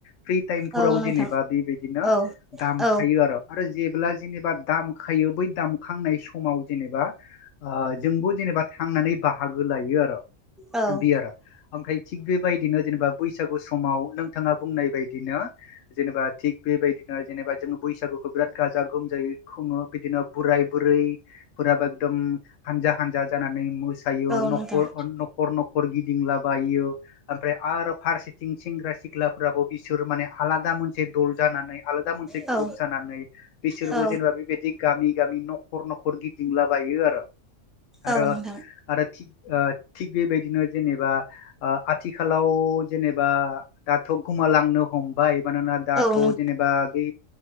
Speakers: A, on the left (about 80°); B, in the centre.
A: फ्रि थाइम
B: औ
A: फोराव
B: नोंथां
A: जेनेबा बेबायदिनो
B: औ
A: दामखायो
B: औ
A: आरो आरो जेब्ला जेनेबा दामखायो बै दाम खांनाय समाव जेनेबा जोंबो जेनेबा थांनानै बाहागो लायो आरो
B: ओं
A: बि आरो ओमफ्राय थिग बेबायदिनो जेनेबा बैसागु समाव नोंथाङा बुंनाय बायदिनो जेनेबा थिग बेबायदिनो जेनेबा जोङो बैसागुखौ बिराद गाजा गोमजायै खुङो बिदिनो बोराय बुरैफोराबो एकदम हानजा हानजा ज जानानै मोसायो
B: औ
A: न
B: नोंथां
A: न'खर गिदिंला बायो आमफ्राय आरो फारसेथिं सेंग्रा सिख्लाफ्राबो बिसोर माने आलादा मोनसे दल जानानै आलादा मोनसे
B: औ
A: ग्रुप जानानै बिसोरबो
B: औ
A: जेनेबा बेबायदि गामि गामि न'खर न'खर गिदिंलाबायो आरो आरो
B: औ नोंथां
A: आरो थिग थिग बेबायदिनो जेनेबा आथिखालाव जेनेबा दाथ' गोमालांनो हमबाय मानोना दाथ'
B: औ नों
A: जेनेबा बे